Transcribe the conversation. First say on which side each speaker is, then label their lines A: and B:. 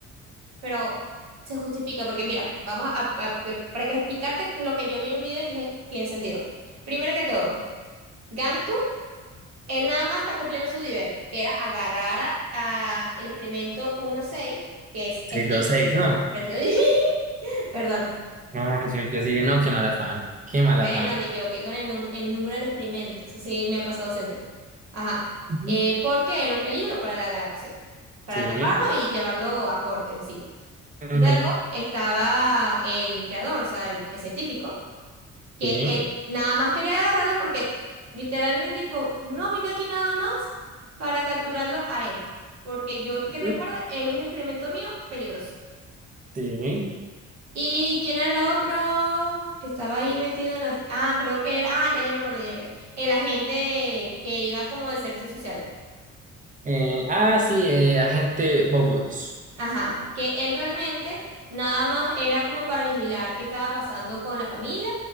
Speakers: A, on the right (about 60°); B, on the right (about 25°).
A: pero se justifica porque mira, vamos a, a- te- para que explicarte lo que yo vi en un video que dije, tiene sentido. Primero que todo, Gantu, él nada más está cumpliendo su deber, que era agarrar a, a el experimento uno punto seis, que es Steve,
B: seis dos seis no.
A: perfecto, <laughs> perdón,
B: No, yo, yo dije, no, qué mal afán, qué mal
A: Bueno,
B: afán.
A: me equivoqué con el, num- el número del experimento, eso sí me ha pasado siempre. Ajá,
B: Ujú.
A: Eh, porque era un peligro para la galaxia, para
B: Sí,
A: atraparlo y llevarlo a corte en sí.
B: ujú,
A: Luego estaba el creador, o sea, el, el científico, que
B: sí,
A: él nada más quería agarrarlo porque literalmente tipo, no vine aquí nada más para capturarlo a él, porque yo
B: ujú,
A: que recuerde, él es un experimento mío peligroso.
B: sí.
A: ¿Y quién era el otro que estaba ahí metido en las... Ah, creo que era... Ah, ya, ya me acordé yo que... El agente que iba como de servicio social.
B: Eh, ah, sí, eh, agente Bubbles.
A: Ajá, que él realmente nada más era como para vigilar qué estaba pasando con la familia